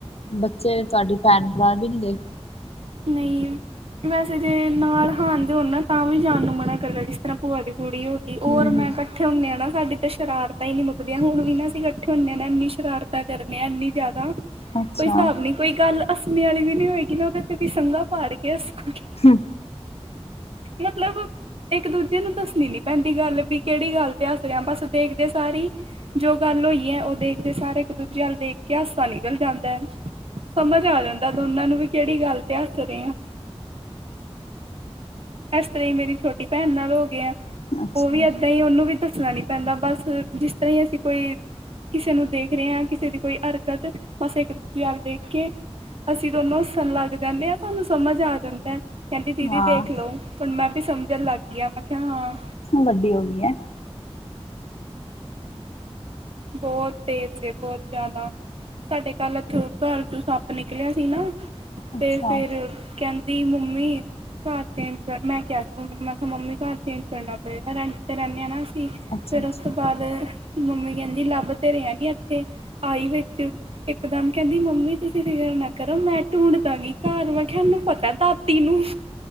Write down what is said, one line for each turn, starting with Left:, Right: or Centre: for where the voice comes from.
Left: ਬੱਚੇ ਤੁਆਡੇ ਭੈਣ- ਭਰਾ ਵੀ ਨੀਂ ਗਏ।
Right: ਨਈਂ ਵੈਸੇ ਜੇ ਨਾਲ ਹਾਨਦੇ ਹੋਨ ਨਾ ਤਾਂ ਵੀ ਜਾਨ ਨੂੰ ਮਨਾ ਕਰਦੈ ਜਿਸ ਤਰਾਂ ਭੂਆ ਦੀ ਕੁੜੀ ਹੋ ਗੀ
Left: ਹਮ
Right: ਓਰ ਮੈਂ
Left: ਹਮ
Right: ਕੱ ਕੱਠੇ ਹੁੰਦੇ ਆਂ ਨਾ ਸਾਡੀ ਤੇ ਸ਼ਰਾਰਤਾਂ ਈ ਨੀਂ ਮੁਕਦੀਆਂ ਹੁਨ ਵੀ ਨਾ ਅਸੀਂ ਕੱਠੇ ਹੁੰਨੇ ਆਂ ਨਾ ਐਂਨੀ ਸ਼ਰਾਰਤਾਂ ਕਰਨੇ ਆਂ ਐਨੀ ਜ਼ਾਦਾ ਕੋਈ
Left: ਅੱਛਾ
Right: ਸਾਬ ਨੀ ਕੋਈ ਗੱਲ ਹੱਸਣੇ ਆਲੀ ਵੀ ਨੀ ਓਏਗੀ ਨਾ ਓਦੇ ਤੇ ਵੀ ਸੰਘਾ ਪਾੜ ਕੇ ਹੱਸਾਂਗੇ ਅ
Left: ਹੂੰ
Right: ਮਤਲਬ ਇੱਕ ਦੂਜੇ ਨੂੰ ਦੱਸਨੀ ਨੀ ਪੈਂਦੀ ਗੱਲ ਵੀ ਕੇੜੀ ਗੱਲ ਤੇ ਅੱਸ ਰੇਆਂ ਬਸ ਦੇਖਦੇ ਸਾਰ ਈ ਜੋ ਗੱਲ ਓਈਐ ਓ ਦੇਖਦੇ ਸਾਰ ਇੱਕ ਦੂਜੇ ਅੱਲ ਦੇਖ ਕੇ ਅੱਸ ਸਾ ਨਿਕਲ ਜਾਂਦੈ, ਸਮਝ ਆ ਜਾਂਦਾ ਦੋਨਾਂ ਨੂੰ ਵੀ ਕੇੜੀ ਗੱਲ ਤੇ ਹੱਸ ਰੇਆਂ। ਐਸ ਤਰਾਂ ਈਂ ਮੇਰੀ ਛੋਟੀ ਭੈਨ ਨਾਲ ਓਗੇਐਂ
Left: ਅੱਛਾ
Right: ਓਵੀ ਐਦਾਂ ਈ ਓਨੂੰ ਵੀ ਦੱਸਨਾ ਨੀ ਪੈਂਦਾ ਬਸ ਜਿਸ ਤਰਾਂ ਈ ਅਸੀਂ ਕੋਈ ਕਿਸੇ ਨੂੰ ਦੇਖ ਰੇਆਂ ਕਿਸੇ ਦੀ ਕੋਈ ਅਰਕਤ ਬਸ ਇ ਕ ਦੂਜੇ ਅੱਲ ਦੇਖ ਕੇ, ਅਸੀਂ ਦੋਨੋਂ ਹੱਸਨ ਲਗ ਜਾਂਨੇ ਆਂ ਸਾਨੂੰ ਸਮਜ ਆ ਜਾਂਦੈ। ਕੈਂਦੀ ਦੀਦੀ
Left: ਹਾਂ
Right: ਦੇਖ ਲੋ, ਹੁਨ ਮੈਂ ਵੀ ਸਮਜਨ ਲੱ ਕੀ ਆ, ਮੈਂ ਕਿਆ ਹਾਂ।
Left: ਵੱਡੀ ਹੋ ਗਈ ਹੈ
Right: ਬੋਤ ਤੇਜ਼ ਏ, ਬੋਤ ਜਾਦਾ। ਸਾਡੇ ਕੱਲ ਏਥੋਂ ਘਰ ਚੋਂ ਸੱਪ ਨਿਕਲਿਆ ਸੀ ਨਾ,
Left: ਅੱਛਾ
Right: ਤੇ ਫੇਰ ਕੈਂਦੀ ਮੰਮੀ ਘਰ ਚੇਂਜ ਕਰ ਮੈਂ ਕਿਆ ਸੀ ਮੰਮੀ ਨੂੰ ਮੈਂਕਾ ਮੰਮੀ ਘਰ ਚੇਂਜ ਕਰਨਾ ਪਏਗਾ ਰੈਂਟ ਤੇ ਰੈਨੇ ਆਂ ਨਾ ਅਸੀਂ। ਸੀ
Left: ਅੱਛਾ
Right: ਫੇਰ
Left: ਅੱਛਾ
Right: ਓਸ ਤੋਂ ਬਾਦ ਮੰਮੀ ਕੈਂਦੀ ਲੱਭ ਤੇ ਰੇਂਆਂ ਗੀ ਏਥੇ। ਆਈ ਵਿੱਚ ਇਕਦਮ ਕੈਂਦੀ ਮੰਮੀ ਤੁਸੀਂ ਫਿਕਰ ਨਾ ਕਰੋ ਮੈਂ ਢੂੰਡ ਦਾਂਗੀ। ਘਰ ਮੈਂ ਖਿਆ ਐਨੂੰ ਪਤੈ ਦਾਤੀ ਨੂੰ,